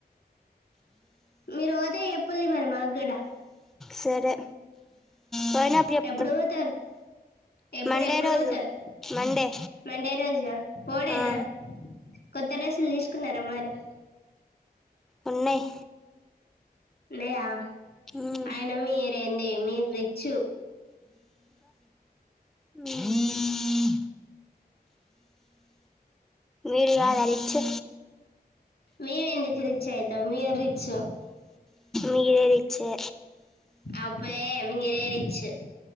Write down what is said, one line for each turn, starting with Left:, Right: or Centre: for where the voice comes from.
Left: మీరు పోతే చెప్పండి మరి మాకు కూడా
Centre: సరే పోయినాక చెప్తాం
Left: ఎప్పుడు పోతారు ఎప్పుడు
Centre: మండే
Left: ఎప్పుడు
Centre: రోజు
Left: పోతారు
Centre: మండే
Left: మండే రోజ పోడేనా
Centre: ఆ
Left: కొత్త డ్రెస్సులు తీసుకున్నారా మరి
Centre: ఉన్నాయ్
Left: లేయా
Centre: మ్మ్
Left: అయినా మీరేంది మీరు రిచ్
Centre: ఆ మీరు కాదా రిచ్చు
Left: మేము ఎందుకు రిచ్ అవుతాం మీరు రిచ్
Centre: మీరు రిచ్చే
Left: అబ్బే మీరే రిచ్చి